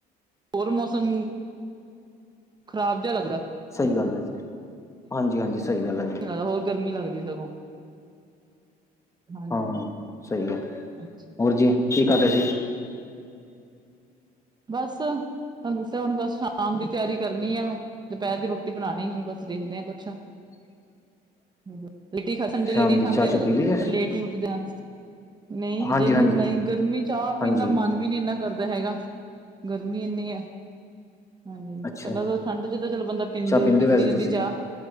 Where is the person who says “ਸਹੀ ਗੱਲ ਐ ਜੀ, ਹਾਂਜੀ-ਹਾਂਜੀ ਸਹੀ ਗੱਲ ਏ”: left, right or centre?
Left